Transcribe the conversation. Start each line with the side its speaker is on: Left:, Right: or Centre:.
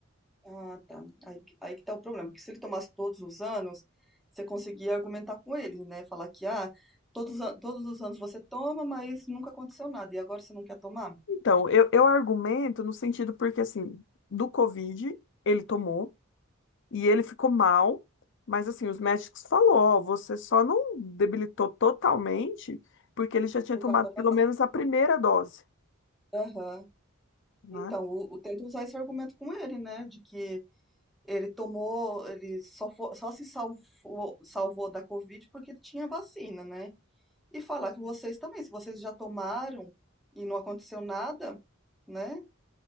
Centre: Ah, tá. Aí, que- aí que tá o problema, porque se ele tomasse todos os anos, você conseguia argumentar com ele, né? Falar que, ah, todos, os an- todos os anos você toma, mas nunca aconteceu nada, e agora você não quer tomar?
Left: Então, eu, eu argumento no sentido porque, assim, do Covid ele tomou e ele ficou mal, mas, assim, os médicos falou, ó, você só não debilitou totalmente porque ele já tinha
Centre: Por
Left: tomado
Centre: causa da
Left: pelo
Centre: vacina.
Left: menos a primeira dose,
Centre: Aham.
Left: né?
Centre: Então, o, o- tenta usar esse argumento com ele, né? De que ele tomou, ele só, fo- só se salvou, salvou da Covid porque ele tinha vacina, né? E falar que vocês também, se vocês já tomaram e não aconteceu nada, né?